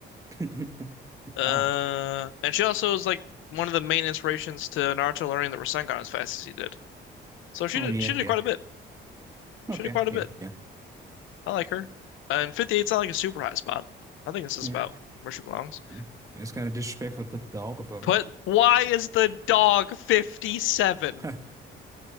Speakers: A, on the right (about 15°); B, on the left (about 80°).
A: <laughs>
B: Uh,
A: Ah,
B: and she also is like one of the main inspirations to Naruto learning the Rasengan as fast as he did. So she
A: oh
B: did
A: yeah,
B: she did
A: yeah.
B: quite a bit.
A: Okay,
B: She did quite a
A: yeah,
B: bit.
A: yeah,
B: I like her. And 58's not like a super high spot. I think this is
A: yeah.
B: about where she belongs.
A: Mm. It's kind of disrespectful to put the dog above
B: But why is the dog 57?
A: her. <laughs>